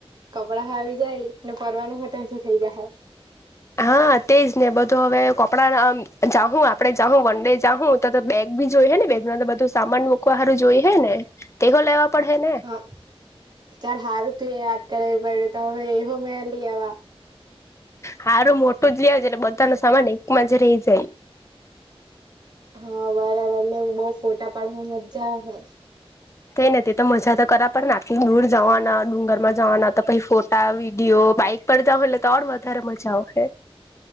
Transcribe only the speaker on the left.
હા તેજ ને બધું હવે કપડા જાઉં આપડે જાઉં વન ડે જાઉં તો બેગ બી જોઈ હે ને બે બધું સામાન મૂકવાારું જોઈ હે ને તેો લેવા પડે ને
હારું મોટું જ લજ એટલે બધા ન સામાન એકમાં જ રહી જાય
થઈ નથી તો મજા તો કરા પણ આટલી દૂર જવાના ડુંગર માં જવાના તો પઈ ફોટા વિડીયો બાઈક પર જઉ એટલે તોણ વધારે મજા આવશે.